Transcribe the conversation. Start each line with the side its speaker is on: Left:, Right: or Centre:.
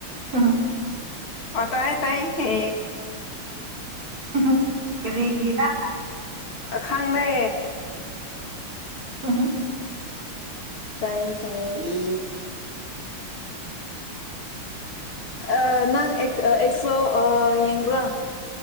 Right: <unintelligible>
Left: ꯑꯣ ꯇꯥꯏ ꯇꯥꯏ ꯍꯦ
Right: <unintelligible> ꯀꯔꯤꯒꯤꯔꯥ
Left: ꯑ ꯈꯪꯅꯦ
Right: ꯍ ꯍꯨꯝ
Left: ꯇꯥꯏꯌꯦ ꯇꯥꯏꯌꯦ ꯏ ꯑꯥ ꯅꯪ ꯑꯦꯛ ꯑꯦꯛꯁꯣ ꯑ ꯌꯦꯡꯕ꯭ꯔꯥ